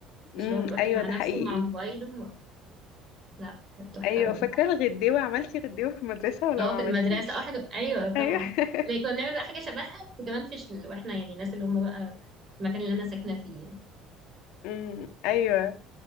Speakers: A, on the right; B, on the left.
A: مش
B: امم
A: اللي هو كل واحد
B: ايوه
A: مع
B: ده
A: نفسه
B: حقيقي
A: مع موبايله ما- لا كانت تحفه
B: ايوه
A: قوي
B: فاكره الغديوه عملتي غديوه في المدرسه ولا
A: اه
B: ما
A: في
B: عملتيش
A: المدرسه اه حاجه ايوه طبعا
B: ايوه <laughs>
A: زي كنا بنعمل بقى حاجه شبهها بس كمان في ش- واحنا يعني الناس اللي هم بقى المكان اللي انا ساكنه فيه يعني.
B: امم ايوه